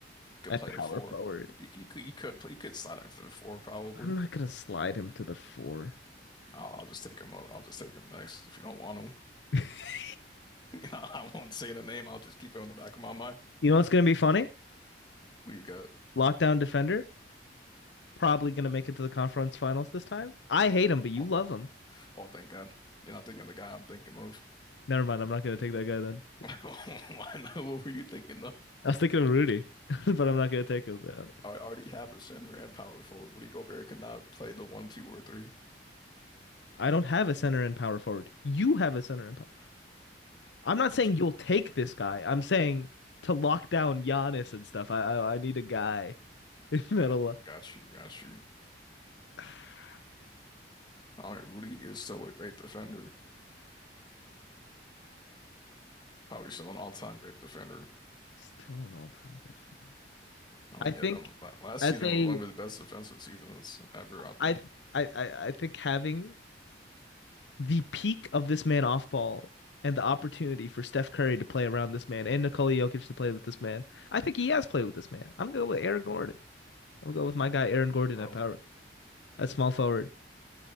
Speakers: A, on the left; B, on the left.
A: He could
B: a
A: play
B: power
A: the four.
B: forward.
A: He, he could he could play, he could slide into the four probably.
B: I'm not gonna slide him to the four.
A: I'll, I'll just take him. I'll just take him next. If you don't want him,
B: <laughs>
A: <laughs> I won't say the name. I'll just keep it on the back of my mind.
B: You know what's gonna be funny?
A: We've got,
B: Lockdown defender probably gonna
A: oh,
B: make it to the conference finals this time. I hate him, but you
A: oh,
B: love him.
A: oh, thank God. You're not thinking of the guy I'm thinking of.
B: Never mind. I'm not gonna take that guy then.
A: <laughs> I know what were you thinking of?
B: I was thinking of Rudy, <laughs> but I'm not gonna take him. Uh,
A: I already have a center and power forward. Rudy Gobert could not play the one, two, or three.
B: I don't have a center and power forward. You have a center and power. I'm not saying
A: So,
B: you'll take this guy. I'm saying to lock down Giannis and stuff. I I, I need a guy <laughs> that'll.
A: Got, got you, got you.
B: <sighs>
A: I mean, Rudy is still a great defender. Probably still an all-time great defender.
B: Still an all-time great fan.
A: I mean,
B: I think
A: yeah, um, la- last
B: as
A: season
B: a
A: was one of his best defensive seasons ever, I
B: I
A: think.
B: th- I I I think having the peak of this man off ball and the opportunity for Steph Curry to play around this man and Nikola Jokic to play with this man. I think he has played with this man. I'm going with Aaron Gordon. I'm going with my guy Aaron Gordon
A: Bro,
B: at power a small forward.